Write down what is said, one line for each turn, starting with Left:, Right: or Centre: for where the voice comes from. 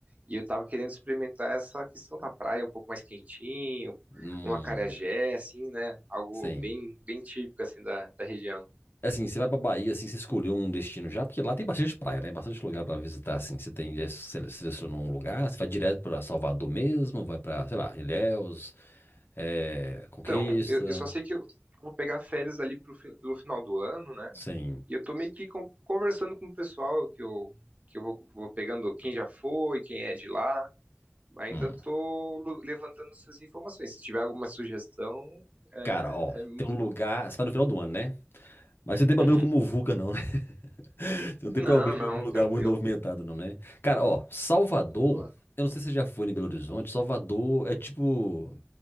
Right: E eu tava querendo experimentar essa questão da praia, um pouco mais quentinho,
Left: Hum,
Right: um acarajé, assim, né? Algo
Left: sim.
Right: bem, bem típico, assim, da, da região.
Left: Assim, você vai pra Bahia, assim, você escolheu um destino já, porque lá tem bastante praia, né? Bastante lugar pra visitar, assim. Você tem, já sele- selecionou um lugar, você vai direto pra Salvador mesmo, vai pra, sei lá, Ilhéus, é, Conquista,
Right: Então, eu, eu só sei que eu vou pegar férias ali pro, fi- pelo final do ano, né?
Left: sim.
Right: E eu tô meio que con- conversando com o pessoal que eu, que eu vou, vou pegando quem já foi, quem é de lá. Ainda
Left: Hum.
Right: tô lu- levantando essas informações. Se tiver alguma sugestão, é,
Left: Cara, ó,
Right: é muito.
Left: tem um lugar, você vai no final do ano, né? Mas você não tem problema
Right: Uhum.
Left: com muvuca, não, né? <laughs> Você não tem
Right: Não,
Left: problema
Right: não,
Left: com lugar
Right: tranquilo.
Left: muito movimentado, não, né? Cara, ó, Salvador,
Right: De boa.
Left: eu não sei se você já foi em Belo Horizonte, Salvador é tipo...